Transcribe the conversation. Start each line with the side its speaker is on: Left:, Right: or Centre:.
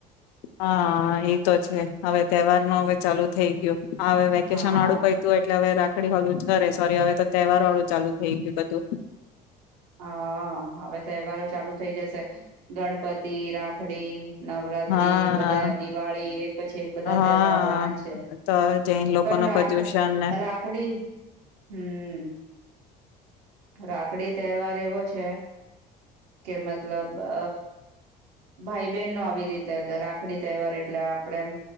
Left: હા એ તો છે હવે તેહવાર નો હવે ચાલુ થઈ ગ્યો. હવે વેકેશન
Right: હા
Left: વાળું પયતું એટલે હવે રા ખડી વાલુ જ કરે સોરી હવે તો તહેવાર વાળું ચાલુ થઈ ગ્યું બધું.
Right: હા હવે તેહવારો ચાલુ થઈ જશે, ગણપતિ, રાખડી નવરાત્રી
Left: હા
Right: બધા, દિવાળી એક પછી એક બધા
Left: હા
Right: તેહવાર આવવાના જ છે
Left: તો જૈન લોકો
Right: પણ
Left: ન
Right: રાખ
Left: પ્રદુષણ ને
Right: રાખડી, હમ્મ. રાખડી તહેવાર એવો છે, કે મતલબ અ, ભાઈ બહેન નો આવી રીતે રાખડી તહેવાર એટલે આપડેમ